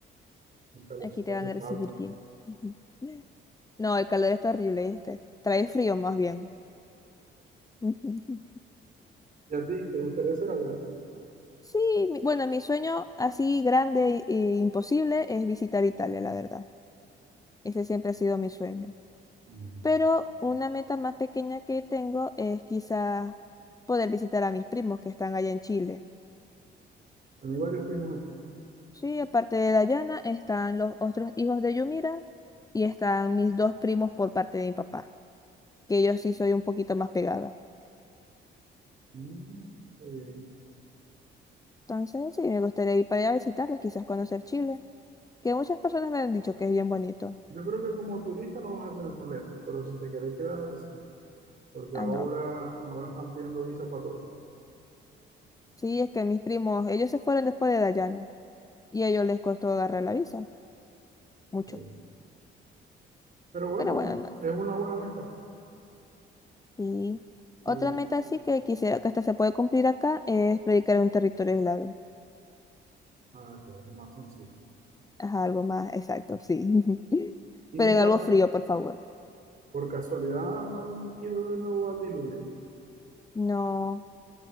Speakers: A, on the right; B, on the left.
A: el calorcito
B: Aquí te
A: hace
B: van a recibir
A: falta.
B: bien. Ujú. No, el calor está horrible, este. Trae frío más bien. <laughs> Ujú.
A: ¿Y a ti te gustaría hacer algo?
B: Sí, mi- bueno, mi sueño así grande e imposible es visitar Italia, la verdad. Ese siempre ha sido mi sueño.
A: Imagínate.
B: Pero una meta más pequeña que tengo es quizás poder visitar a mis primos que están allá en Chile.
A: Que no hay varios primos aquí.
B: Sí, aparte de Dayana están los otros hijos de Yumira y están mis dos primos por parte de mi papá, que ellos sí soy un poquito más pegada.
A: Mm, está bien.
B: Entonces, sí, me gustaría ir para allá a visitarlos, quizás conocer Chile, que muchas personas me han dicho que es bien bonito.
A: Yo creo que como turista no vas a tener problemas, pero si te querés quedar, sí, porque
B: Ah,
A: ahora,
B: no.
A: ahora están pidiendo visa para todos.
B: Sí, es que mis primos, ellos se fueron después de Dayana y a ellos les costó agarrar la visa, mucho.
A: Está bien. Pero bueno,
B: Pero bueno, nada.
A: es una buena meta
B: Y
A: y
B: otra meta sí que quisiera que hasta se puede cumplir acá es predicar en un territorio aislado.
A: ah, claro, lo más sencillo.
B: Ajá, algo más exacto, sí. <laughs>
A: Y
B: Pero
A: mira,
B: en algo frío, por favor.
A: por casualidad no han ido de nuevo al diluvio.
B: No,